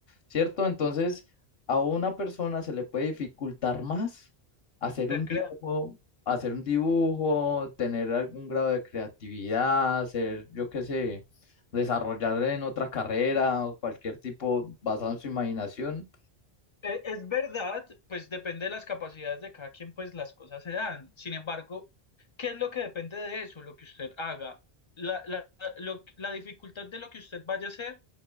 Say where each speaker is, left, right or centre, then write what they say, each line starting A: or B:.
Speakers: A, on the left; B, on the left.
A: ¿cierto? Entonces, a una persona se le puede dificultar más hacer
B: ser
A: un
B: creativo.
A: dibujo, hacer un dibujo, tener algún grado de creatividad, hacer, yo qué sé, desarrollar en otra carrera o cualquier tipo basado en su imaginación.
B: E- Es verdad, pues depende de las capacidades de cada quien, pues las cosas se dan. Sin embargo, ¿qué es lo que depende de eso? Lo que usted haga. La, la, lo- la dificultad de lo que usted vaya a hacer,